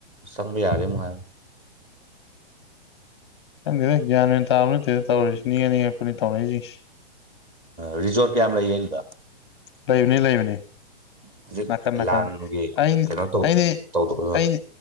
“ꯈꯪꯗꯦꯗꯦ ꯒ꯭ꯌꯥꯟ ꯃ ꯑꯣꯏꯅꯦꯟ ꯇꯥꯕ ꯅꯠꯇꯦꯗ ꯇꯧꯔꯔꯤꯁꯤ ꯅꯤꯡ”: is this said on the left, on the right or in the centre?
Left